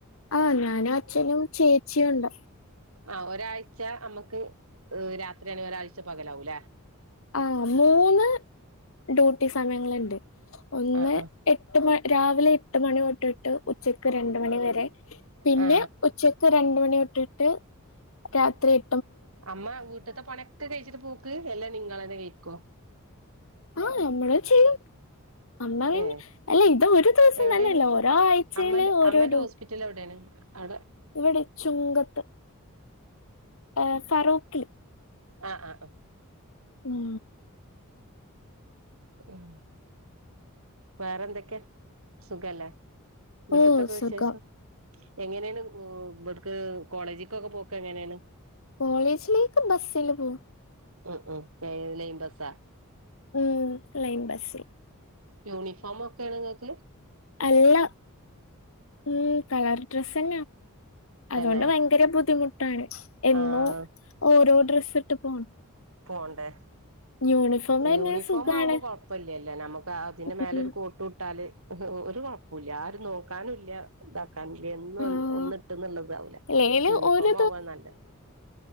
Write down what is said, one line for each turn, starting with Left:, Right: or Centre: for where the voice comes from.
Left: ആഹ. ഞാനു. അച്ഛനും. ചേച്ചിയും ഉണ്ട
Right: ആ ഒരാഴ്ച അമ്മക്ക്. ഹ്. രാത്രിയാണ്. ഒരാഴ്ച പകലാവൂലേ
Left: ആ, മൂന്ന്. ഡ്യൂട്ടി. സമയങ്ങള്ണ്ട്. ഒന്ന്.
Right: ആ ആ
Left: എട്ട്. മ രാവിലെ എട്ട്. മണി. തൊട്ടിട്ട്. ഉച്ചക്ക് രണ്ട്. മണി. വരെ പിന്നെ.
Right: ആ
Left: ഉച്ചക്ക് രണ്ടു. മണി. തൊട്ടിട്ട് രാത്രി എ
Right: അമ്മ, വീട്ട്ത്തെ പണിക്കെ കഴിച്ചിട്ട് പോക്ക്. എല്ല നിങ്ങളന്നെ കെയ്ക്കോ
Left: ആഹ്, നമ്മൾ. ചെയ്യു അമ്മ, പിന്നെ
Right: ഏ
Left: അല്ല ഇത് ഒരു ദിവസം
Right: എവിടെയാണ്
Left: തന്നെയല്ല ഓരോ ആഴ്ചയില്
Right: അമ്മന്റെ
Left: ഓരോ
Right: അമ്മന്റെ
Left: ഡൂട്ടി
Right: ഹോസ്പിറ്റൽ എവിടെയാണ് അവിടെ
Left: ഇവിടെ. ചുങ്കത്ത് ആ ഫറൂഖിൽ.
Right: ആഹ് ആഹ് ആഹ്
Left: ഉം
Right: ഉം വേറെന്തൊക്കെ സുഖെല്ലേ
Left: ഓ
Right: എന്ന്ത്തൊക്കെ
Left: സുഖം
Right: വിശേഷം എങ്ങനേണ് ഇവിട്ക്ക് കോളേജ് ക്കൊക്കെ പോക്ക് എങ്ങനേണ്
Left: കോളേജിലേക്ക് ബസില് പോവും
Right: ഉ ഉ ലൈൻ ബസാ
Left: ഉം ലൈൻ ബസ്സിൽ
Right: യൂണിഫോം ഒക്കെയാണ് ഇങ്ങക്ക്
Left: അല്ല ഉം കളർ ഡ്രസ്സ്
Right: തന്നെ
Left: അതുകൊണ്ട് ഭയങ്കര ബുദ്ധിമുട്ട് ട്ടാണ് എന്നോ
Right: ആഹ്
Left: ഓരോ ഡ്രസ്സ് ഇട്ട് പോണം.
Right: പോണ്ടേ
Left: യൂണിഫോം തന്നെ
Right: യൂണിഫോം
Left: സുഖാണ്
Right: ആവുമ്പ കൊഴപ്പ ഇല്ലല്ലൊ. നമക്ക് അതിന്റെ മേലൊരു
Left: ഉം
Right: കോട്ട് ഇട്ടാല് ഒരു കൊഴപ്പൂല ആരും നോക്കാനൂല്ല ഇതാ എന്നും
Left: ആഹ്
Right: ഒന്ന് ഇട്ട്ന്നുള്ളതാവല
Left: അല്ലേല്
Right: യൂണിഫോം
Left: ഒരു
Right: ആവ്വാ നല്ലേ-